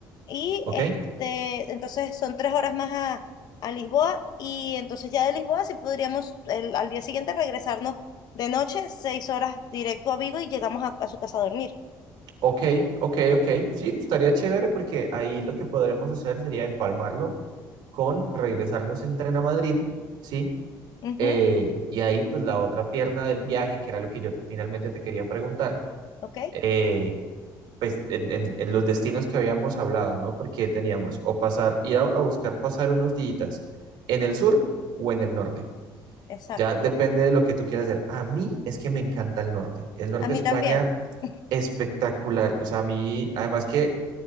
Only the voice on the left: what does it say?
Y
este, entonces son tres horas más a, a Lisboa y entonces ya de Lisboa sí podríamos el- al día siguiente regresarnos de noche, seis horas directo a Vigo y llegamos a, a su casa a dormir.
Ujú,
ok,
exacto.
A mí
también. <laughs>